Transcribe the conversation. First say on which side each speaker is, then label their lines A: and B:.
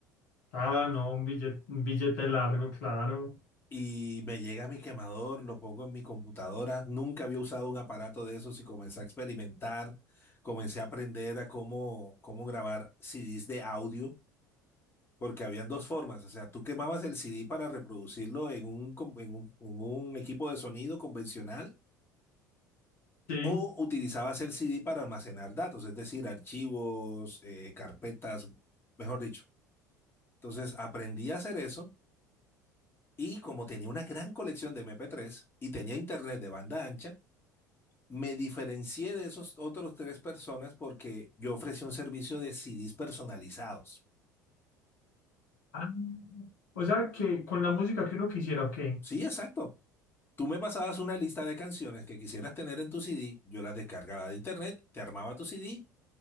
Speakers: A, on the left; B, on the left.
A: Ah, no, un billete, un billete largo, claro.
B: Y me llega mi quemador, lo pongo en mi computadora. Nunca había usado un aparato de esos y comencé a experimentar. Comencé a aprender a cómo, cómo grabar CDs de audio, porque habían dos formas. O sea, tú quemabas el CD para reproducirlo en un, com- en un en un equipo de sonido convencional
A: Sí.
B: O utilizabas el CD para almacenar datos, es decir, archivos, eh, carpetas, mejor dicho. Entonces aprendí a hacer eso y como tenía una gran colección de MP3 y tenía internet de banda ancha, me diferencié de esos otros tres personas porque yo ofrecía un servicio de CDs personalizados.
A: Ah, o sea que con la música que uno quisiera, ok.
B: Sí, exacto. Tú me pasabas una lista de canciones que quisieras tener en tu CD, yo las descargaba de internet, te armaba tu CD,